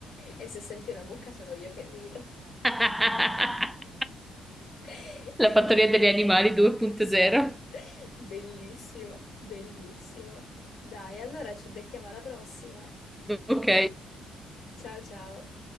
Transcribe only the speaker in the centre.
<laughs>
La fattoria degli animali 2.0.
Ok.